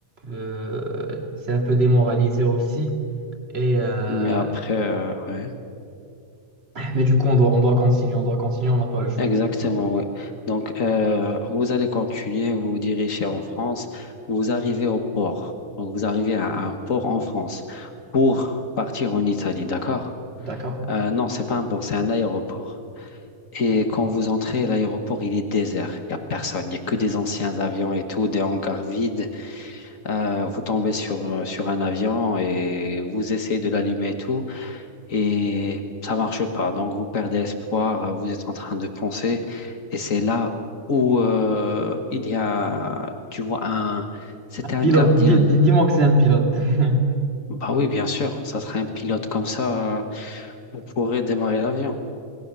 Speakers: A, on the right; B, on the left.
A: euh, c'est un peu démoralisé aussi. Et, euh,
B: Mais après, euh, ouais.
A: mais du coup, on doit, on doit continuer, on doit continuer, on n'a pas le choix.
B: Exactement, oui. Donc, euh, vous allez continuer, vous vous dirigez en France, vous arrivez au port. Donc, vous arrivez à un port en France pour partir en Italie, d'accord?
A: D'accord.
B: Euh, non, c'est pas un port, c'est un aéroport. Et quand vous entrez, l'aéroport, il est désert. Il n'y a personne, il n'y a que des anciens avions et tout, des hangars vides. Euh, vous tombez sur, euh, sur un avion et vous essayez de l'allumer et tout et ça marche pas. Donc vous perdez espoir, euh, vous êtes en train de penser et c'est là où euh, il y a, tu vois, un, c'était un
A: Pilote,
B: gardien.
A: dis di- dis-moi que c'est un pilote. <laughs>
B: Bah oui, bien sûr, ça serait un pilote comme ça, euh, vous pourrez démarrer l'avion.